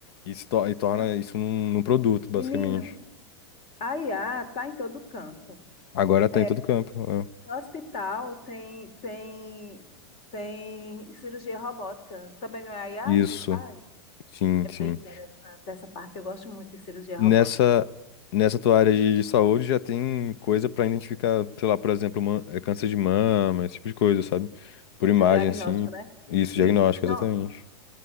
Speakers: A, on the left; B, on the left.
A: e, se to- e torna
B: Não,
A: isso num, num produto, basicamente.
B: menino, a IA tá em todo canto.
A: Agora tá
B: É,
A: em todo campo. é.
B: no hospital tem tem tem cirurgia robótica. Também não é a IA
A: Isso,
B: que faz?
A: sim,
B: É bem
A: sim.
B: interessante essa parte. Eu gosto muito de cirurgia
A: Nessa,
B: robótica.
A: nessa tua área de, de saúde já tem coisa pra identificar, sei lá, por exemplo, man- é câncer de mama, esse tipo de coisa, sabe? Por imagem,
B: É diagnóstico,
A: assim.
B: né?
A: Isso, diagnóstico,
B: E estão
A: exatamente.